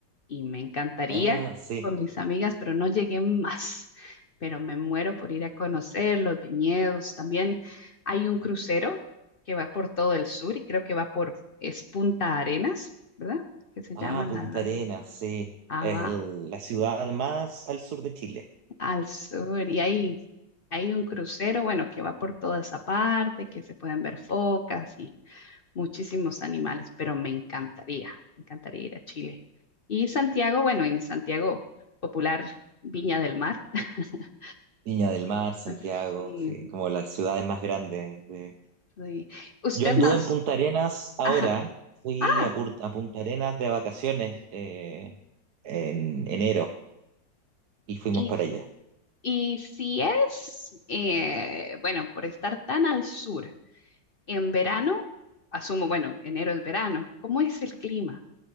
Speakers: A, on the left (about 50°); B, on the right (about 65°).
A: y me encantaría
B: Ah, sí.
A: con mis amigas, pero no llegué más. Pero me muero por ir a conocer los viñedos. También hay un crucero que va por todo el sur y creo que va por, es Punta Arenas, ¿verdad? Que se
B: Ah,
A: llama la,
B: Punta
A: la-
B: Arenas, sí.
A: ah,
B: Es
A: va
B: el- la ciudad más al sur de Chile.
A: al sur y ahí hay un crucero, bueno, que va por toda esa parte, que se pueden ver focas y muchísimos animales, pero me encantaría, me encantaría ir a Chile. Y Santiago, bueno, en Santiago, popular Viña del Mar. <laughs>
B: Viña del Mar, Santiago,
A: Sí,
B: sí, como las ciudades más grandes. de-
A: sí. Usted
B: Yo anduve
A: nas,
B: en Punta Arenas ahora,
A: ajá,
B: fui
A: ah,
B: a, Pur- a Punta Arenas de vacaciones eh, en enero y fuimos
A: y,
B: para allá.
A: y si es, eh, bueno, por estar tan al sur, en verano, asumo, bueno, enero es verano, ¿cómo es el clima